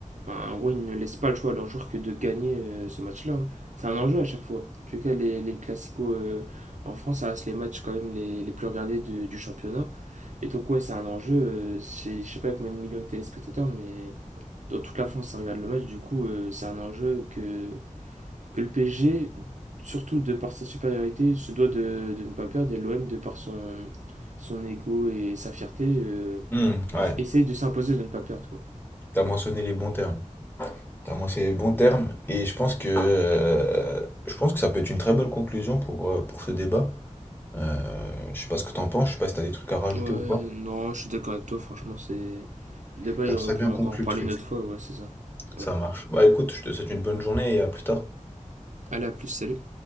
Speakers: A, on the right (about 70°); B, on the left (about 15°).
A: enfin, en gros, ils ne laissent pas le choix à leurs joueurs que de gagner euh, ce match-là. hein. C'est un enjeu à chaque fois. En tout cas, les, les classicos euh, en France, ça reste les matchs quand même les, les plus regardés de- du championnat. Et donc, ouais, c'est un enjeu. euh, c'est- je sais pas combien de millions de téléspectateurs, mais dans toute la France, ça regarde le match. Du coup, euh, c'est un enjeu que, que le PSG, surtout de par sa supériorité, se doit de, de ne pas perdre. Et l'OM, de par son, son ego et sa fierté, euh,
B: Hmm,
A: bah,
B: ouais,
A: essaye de s'imposer de ne pas perdre. Quoi.
B: t'as mentionné les bons termes. T'as mentionné les bons termes, et je pense que, euh, je pense que ça peut être une très bonne conclusion pour, euh, pour ce débat. Euh, je sais pas ce que t'en penses, je sais pas si t'as des trucs à rajouter
A: Ouais,
B: ou pas.
A: non, je suis d'accord avec toi, franchement, c'est... Le débat,
B: T'as très
A: on
B: bien
A: pourra
B: compris
A: encore en parler
B: le truc.
A: une autre fois, ouais, c'est ça.
B: Ça
A: Ouais.
B: marche. Bah écoute, je te souhaite une bonne journée et à plus tard.
A: Allez, à plus, salut.